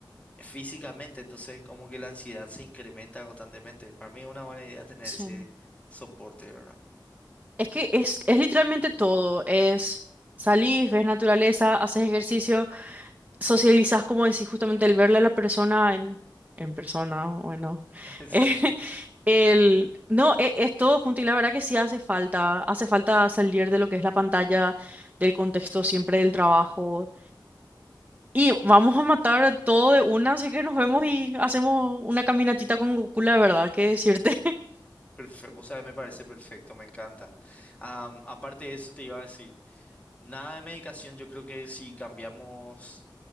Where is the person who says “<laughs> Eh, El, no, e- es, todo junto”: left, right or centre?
Right